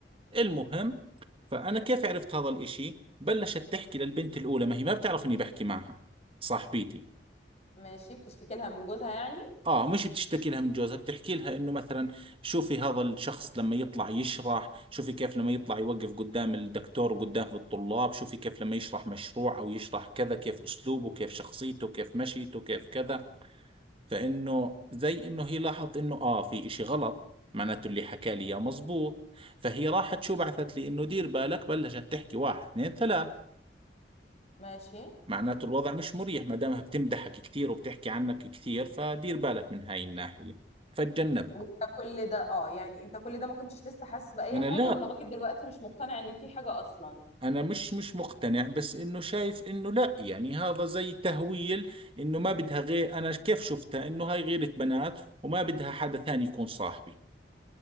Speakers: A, on the right; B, on the left.
A: المهم فانا كيف عرفت هذا الاشي بلشت تحكي للبنت الاولى ما هي ما بتعرف اني بحكي معها صاحبتي
B: ماشي بتشتكي لها من جوزها يعني
A: اه مش بتشتكي لها من جوزها بتحكي لها انه مثلا شوفي هذا الشخص لما يطلع يشرح شوفي كيف لما يطلع يوقف قدام الدكتور وقدام الطلاب شوفي كيف لما يشرح مشروع او يشرح كذا كيف اسلوبه كيف شخصيته كيف مشيته كيف كذا فانه زي انه هي لاحظت انه اه في اشي غلط معناته اللي حكى لي اياه مزبوط فهي راحت شو بعثت لي انه دير بالك بلشت تحكي واحد اثنين ثلاث
B: ماشي
A: معناته الوضع مش مريح ما دامها بتمدحك كثير وبتحكي عنك كثير فدير بالك من هاي الناحية فتجنبها
B: وانت كل ده اه يعني انت كل ده ما كنتش لسه حاسس بأي
A: أنا
B: حاجة
A: لا
B: ولغاية دلوقتي مش مقتنع ان في حاجة اصلا
A: أنا مش مش مقتنع بس إنه شايف إنه لا يعني هذا زي تهويل إنه ما بدها غير أنا كيف شفتها إنه هاي غيرة بنات وما بدها حدا ثاني يكون صاحبي